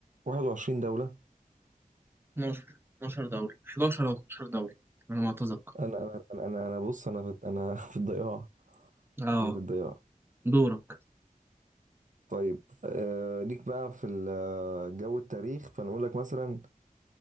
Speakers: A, on the right; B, on the right.
A: 21 دولة
B: 12 12 دوري 11 او 12 دوري على ما اتذكر
A: انا انا انا انا أنا بص انا في انا <laughs> في الضياع
B: اه
A: انا في الضياع
B: دورك
A: طيب آه ليك بقى في ال- آه، جو التاريخ فانا اقول لك مثلا